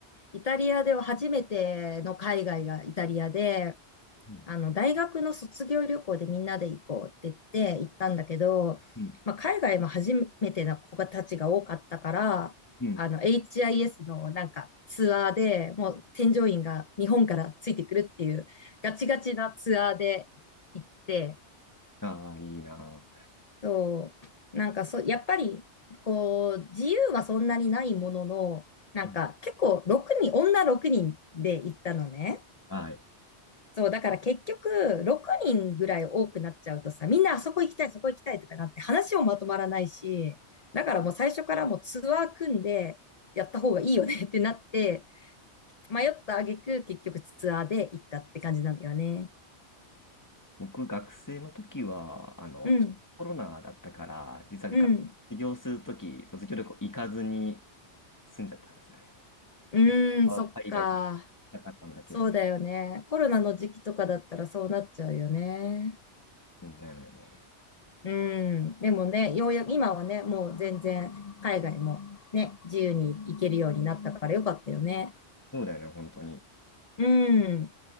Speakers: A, on the left (about 35°); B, on the left (about 15°).
A: イタリアでは初めての海外がイタリアで、
B: うん、
A: あの、大学の卒業旅行でみんなで行こうって言って行ったんだけど、
B: うん、
A: まあ、海外も初めての子たちが多かったから、
B: うん。
A: あの、HIS のなんかツアーで、もう添乗員が日本からついてくるっていうガチガチなツアーで行って、
B: ああ、いいな。
A: そう。なんかそう、やっぱり、こう、自由はそんなにないものの、なんか結構6人、
B: うん
A: 女6人で行ったのね。
B: はい。
A: そう、だから結局、6人ぐらい多くなっちゃうとさ、みんなあそこ行きたい、そこ行きたいとかなって話もまとまらないし、だからもう最初からもうツアー組んでやった方がいいよねってなって、迷った挙句結局ツアーで行ったって感じなんだよね。
B: 僕、学生の時は、あの、
A: うん、
B: ちょっとコロナだったから、実はが卒業する時、
A: うん、
B: 卒業旅行行かずに住んじゃったんですね。
A: うーん、
B: 本当は海外と行きたかったんだけど、
A: そっか。そうだよね。コロナの時期とかだったらそうなっちゃうよね。
B: うんだよね。
A: うん。でもね、ようやく今はね、もう全然海外もね、自由に行けるようになったからよかったよね。
B: そうだよね、本当に。
A: うん。